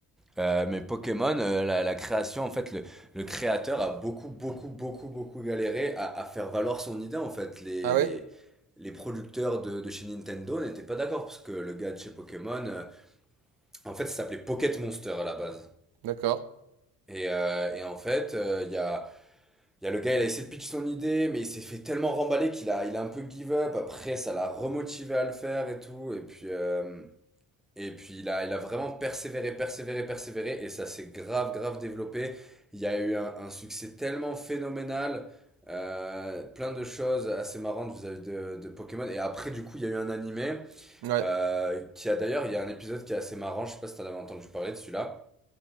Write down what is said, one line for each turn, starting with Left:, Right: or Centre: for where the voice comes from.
Centre: Euh, mais Pokémon, euh, la, la création, en fait, le, le créateur a beaucoup, beaucoup, beaucoup, beaucoup galéré à, à faire valoir son idée. En fait, les,
Right: Ah ouais?
Centre: les, les producteurs de, de chez Nintendo n'étaient pas d'accord parce que le gars de chez Pokémon, euh, en fait, ça s'appelait Pocket Monster à la base.
Right: D'accord.
Centre: Et, euh, et en fait, euh, il y a Il y a le gars, il a essayé de pitch son idée, mais il s'est fait tellement remballer qu'il a, il a un peu give up. Après, ça l'a remotivé à le faire et tout. Et puis, euh, et puis il a, il a vraiment persévéré, persévéré, persévéré. Et ça s'est grave, grave développé. Il y a eu un, un succès tellement phénoménal. Euh, plein de choses assez marrantes vis-à-vis de, de Pokémon. Et après, du coup, il y a eu un animé
Right: Ouais.
Centre: euh, qui a d'ailleurs, il y a un épisode qui est assez marrant. Je sais pas si t'en avais entendu parler de celui-là.